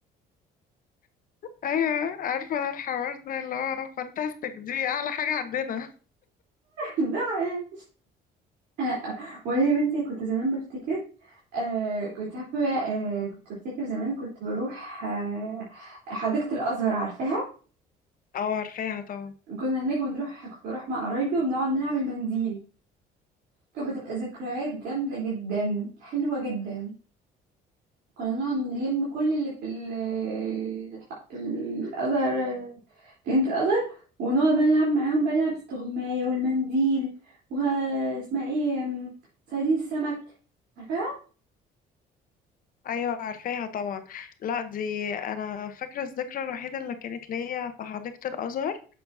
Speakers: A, on the left; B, on the right.
A: ايوه عارفه انا الحوار ده اللي هو فانتاستيك دي اعلى حاجه عندنا
B: ده ايه لا وانا يا بنتي كنت زمان بفتكر آه كنت عارفه آه كنت بفتكر زمان كنت بروح آه حديقه الازهر عارفاها
A: اه عارفاها طبعا
B: كنا هناك بنروح كنت بروح مع قرايبي وبنقعد نلعب المنديل كانت بتبقى ذكريات جامده جدا حلوه جدا كنا نقعد نلم كل اللي في ال- الح- الأزهر جنينة الأزهر ونقعد بقى نلعب معاهم بقى نلعب استغماية والمنديل واسمها ايه أم، صيادين السمك عارفاها؟
A: ايوه عارفاها طبعا لا دي انا فاكره الذكرى الوحيده اللي كانت ليا في حديقه الازهر